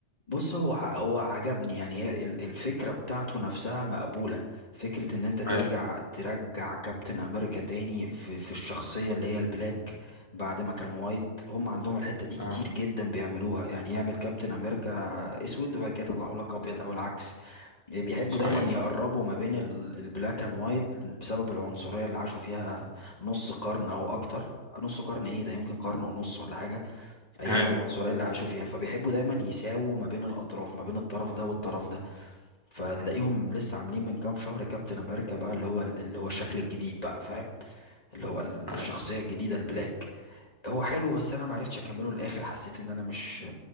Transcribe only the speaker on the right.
أي
أه
صحيح
أي
مم.
أي